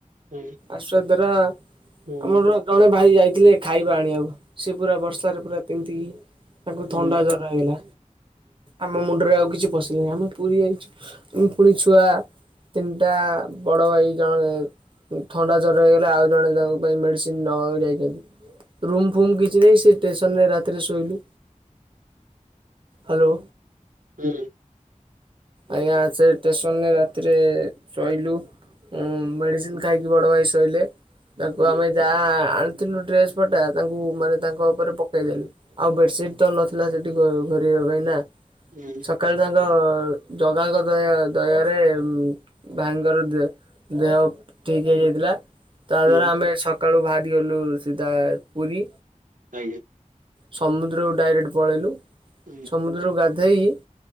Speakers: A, on the right; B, on the right.
A: ହୁଁ
B: ଆସୁ ଆରା।
A: ହୁଁ
B: ଆମର ଜଣ ଜଣେ ଭାଇ ଯାଇ ଥିଲେ ଖାଇବା ଆଣିବାକୁ ସେ ପୁରା ବର୍ଷାରେ ପୁରା ତିନ୍ତିକି। ତାକୁ
A: ହୁଁ
B: ଥଣ୍ଡା
A: ହୁଁ
B: ଜର ହେଇଗଲା ଆମ ମୁଣ୍ଡରେ ଆଉ। କିଛି ପଶିଲା ନାହିଁ ଆମେ ପୁରୀ ଯାଇଛୁ ପୁଣି ଛୁଆ ତିନଟା ବଡ଼ ଭାଇ ଜଣେ ଥଣ୍ଡା ଜ୍ୱରରେ ହେଇଗଲା ଆଉ ଜଣେ ତା ପାଇଁ ମେଡ଼ିସିନ ନବାକୁ ଯାଇଛନ୍ତି ରୁମ ଫୁମ କିଛି ନାହିଁ ସେ ଷ୍ଟେସନରେ ରାତିରେ ଶୋଇଲୁ ହାଲୋ।
A: ହୁଁ।
B: ଆଜ୍ଞା ସେ ଷ୍ଟସନରେ ରାତିରେ ଶୋଇଲୁ। ଉ ମେଡିସିନ୍ ଖାଇ କି ବଡ଼ ଭାଇ ଶୋଇଲେ। ତାକୁ
A: ହୁଁ ହୁଁ ହୁଁ
B: ଆମେ ଯା ଆ ଥିଲୁ ଡ୍ରେସ ପଟା ତାଙ୍କୁ ମାନେ ତାଙ୍କ ଉପରେ ପକେଇଦେଲୁ। ଆଉ ବେଡ଼ସିଟ୍ ତ ନଥିଲା ସେଠି କର ଘରିବା ପାଇଁ ନା।
A: ହୁଁ
B: ସକାଳୁ ତାଙ୍କ ର। ଜଗାଙ୍କ ଦୟା ଦୟାରେ ଉମ ଭାଙ୍ଗର ଦେ ଦେହ ଠିକ ହେଇଯାଇଥିଲା ତା
A: ହୁଁ
B: ଦ୍ଵାରା ଆମେ ସ ସକାଳୁ ବାହାରି ଗଲୁ ସିଧା ପୁରୀ।
A: ଆଜ୍ଞା।
B: ସମୁଦ୍ରକୁ ଡାଇରେକ୍ଟ ପଳେଇଲୁ।
A: ହୁଁ
B: ସମୁଦ୍ରରୁ ଗା ଦେଇ